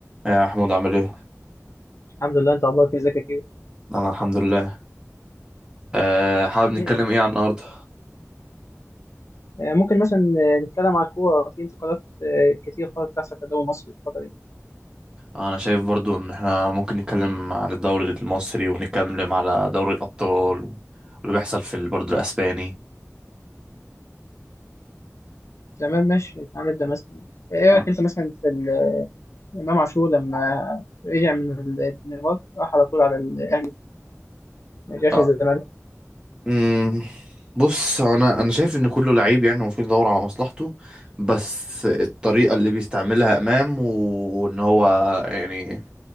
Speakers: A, on the right (about 15°); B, on the left (about 65°).
A: يا محمود عامل ايه؟
B: الحمد لله انت اخبارك إيه؟ ازيك يا كيرو
A: انا الحمد لله أه حابب نتكلم
B: آه،
A: ايه عن النهارده؟
B: آه، ممكن مثلا آه، نتكلم على الكوره في انتقالات آه، كتير خالص بتحصل في الدوري المصري الفتره دي
A: انا شايف برضو ان احنا ممكن نتكلم عن الدوري المصري ونتكلم على دوري الابطال واللي بيحصل في ال- برضو الاسباني
B: تمام ماشي تعال نبدا مثلا ايه
A: آه.
B: رايك انت مثلا في ال- امام عاشور لما رجع من ال- الدنمارك راح على طول على الاهلي ما رجعش
A: آه.
B: الزمالك
A: أمم، بص هو انا انا شايف ان كله لعيب يعني المفروض يدور على مصلحته بس الطريقه اللي بيستعملها امام وان هو يعني